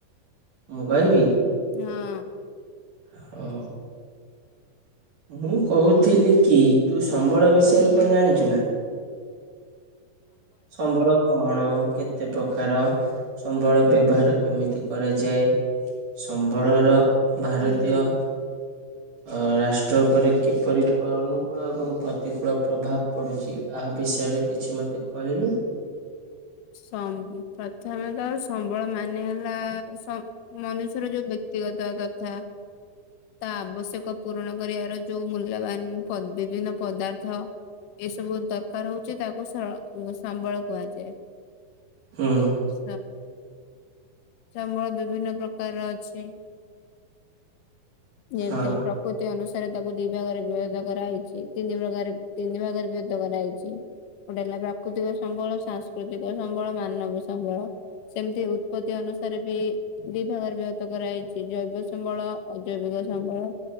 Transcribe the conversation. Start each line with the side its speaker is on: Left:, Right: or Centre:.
Right: ମୁଁ କହିବି।
Left: <unintelligible>
Right: ହଉ। ମୁଁ କହୁଥିଲି କି ତୁ ସମ୍ବଳ ବିଷୟରେ କଣ ଜାଣିଛୁ ନା? ସମ୍ବଳ କଣ କେତେ ପ୍ରକାର ସମ୍ବଳ ବ୍ୟବହାର? କେମିତି କରାଯାଏ ସମ୍ବଳର ଭାରତୀୟ?
Left: ହୁଁ
Right: ଅ ରାଷ ଟ୍ର ଉପରେ କିପରି ପ ଅନୁକୂଳ ଏବଂ ପ୍ରତିକୂଳ ପ୍ରଭାବ ପଡ଼ୁଛି ଆହା ବିଷୟରେ କିଛି ମୋତେ। କହିଲୁ।
Left: ସମ ପ୍ରଥମେ ତ ସମ୍ବଳ ମାନେ ହେଲା ସ ମନୁଷ୍ୟର ଯୋଉ ବ୍ୟକ୍ତିଗତ ଯଥା। ତା ଆବଶ୍ୟକ ପୂରଣ କରିବାର ଯୋଉ ମୂଲ୍ୟବାନ ପ ବିଭିନ୍ନ ପଦାର୍ଥ। ଏ ସବୁ ଦରକାର ହଉଛି ତାକୁ ସ ଉଁ ସମ୍ବଳ କୁହାଯାଏ।
Right: ହୁଁ।
Left: ସ ସମ୍ବଳ ବିଭିନ୍ନ ପ୍ରକାରର ଅଛି। ଜେମିତି
Right: ହଁ
Left: ପ୍ର କୃତି ଅନୁସାରେ ତାକୁ ଦି ଭାଗରେ ବିଭକ୍ତ କରାହେଇଛି ତିନି ପ୍ରକାରେ ତିନି ଭାଗରେ ବିଭକ୍ତ କରାହେଇଛି। ଗୋଟେ ହେଲା ପ୍ରାକୃତିକ ସମ୍ବଳ, ସାଂସ୍କୃତିକ ସମ୍ବଳ, ମାନବ ସମ୍ବଳ ସେମିତି ଉ ଉତ୍ପତି ଅନୁସାରେ ବି। ଦି ଭାଗରେ ବିଭକ୍ତ କରାହେଇଛି ଜୈବ ସମ୍ବଳ ଅଜୈବିକ ସମ୍ବଳ।